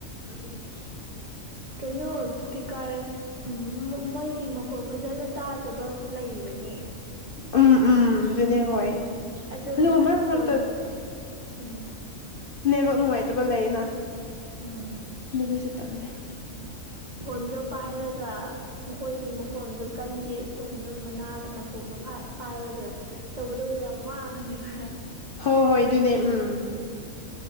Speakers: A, on the left (about 45°); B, on the right (about 30°).
A: ꯎꯝ
B: ꯀꯩꯅꯣ ꯁꯄꯤꯀꯔ ꯎꯝ ꯃꯣꯏꯒꯤ ꯃꯈꯣꯛ ꯐꯖꯅ ꯇꯥꯖꯕꯁꯨ ꯂꯩꯕꯅꯤ
A: ꯎꯝ ꯎꯝ ꯑꯗꯨꯅꯦ ꯍꯣꯏ
B: ꯑꯗꯨꯝ
A: ꯑꯗꯨꯒ ꯃꯔꯛ
B: ꯐꯣꯟ
A: ꯃꯔꯛꯇ
B: ꯎꯝ
A: ꯅꯦꯕ ꯅꯨꯡꯉꯥꯏꯇꯕ ꯂꯩꯌꯦꯅ
B: ꯎꯝ
A: ꯑꯗꯨꯕꯨ ꯆꯠꯇꯅ ꯂꯩ
B: ꯐꯣꯟꯗ ꯄꯥꯔꯂꯒ ꯃꯈꯣꯏꯒꯤ ꯃꯈꯣꯟꯁꯨ ꯀꯟꯗꯦ ꯐꯣꯟꯁꯨ ꯃꯅꯥ ꯅꯥꯀꯣꯡꯗꯣ ꯐꯥꯏ ꯄꯥꯏꯔꯒ ꯇꯧꯕꯗꯕꯨ ꯌꯥꯝ ꯋꯥꯕꯅꯦꯕ
A: ꯍꯣꯏ ꯍꯣꯏ ꯑꯗꯨꯅꯦ ꯎꯝ